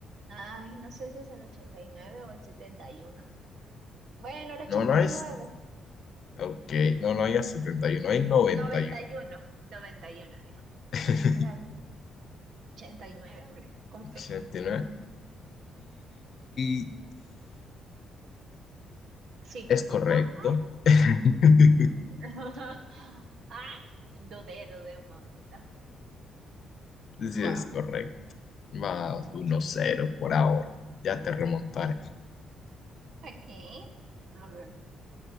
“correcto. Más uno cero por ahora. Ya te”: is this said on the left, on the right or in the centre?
Left